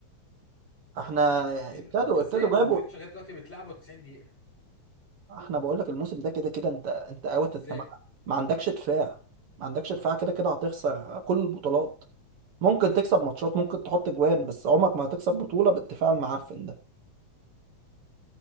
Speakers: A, on the right; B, in the centre.
A: احنا
B: فين
A: ابتدوا
B: انت ازاي
A: ابتدوا
B: المودريتش
A: جابوا
B: لغايه دلوقتي بتلعبه 90 دقيقه
A: احنا بقول لك الموسم ده كده كده انت انت اوت
B: ازاي
A: انت ما, ما عندكش دفاع ما عندكش دفاع كده كده هتخسر كل البطولات ممكن تكسب ماتشات ممكن تحط جوان بس عمرك ما هتكسب بطولة بالدفاع المعفن ده